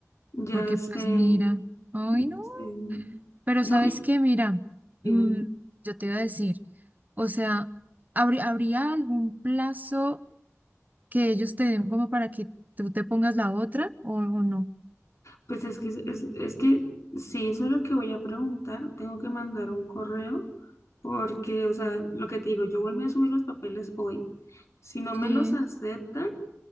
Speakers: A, on the left; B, on the right.
A: Ya
B: porque
A: sé,
B: pues mira, ay no.
A: este,
B: Pero
A: no,
B: sabes
A: y es-
B: qué, mira,
A: dime,
B: mm, yo te iba a decir, o sea, ¿habrí- ¿habría algún plazo que ellos te den como para que tú te pongas la otra o, o no?
A: pues es que, es, es que sí, eso es lo que voy a preguntar, tengo que mandar un correo, porque, o sea, lo que te digo, yo volví a subir los papeles hoy. Si no
B: Sí,
A: me los aceptan,